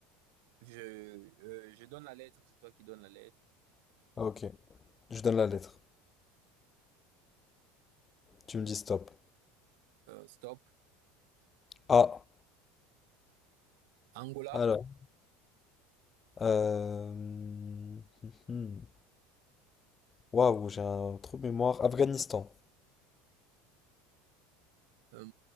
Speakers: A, on the right; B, on the left.
A: je, euh, je donne la lettre, c'est toi qui donnes la lettre.
B: Ok. Je donne la lettre. Tu me dis stop.
A: Euh, stop.
B: A.
A: Angola.
B: Alors. Euh... hum, hum. Waouh, j'ai un trou de mémoire. Afghanistan.
A: Euh,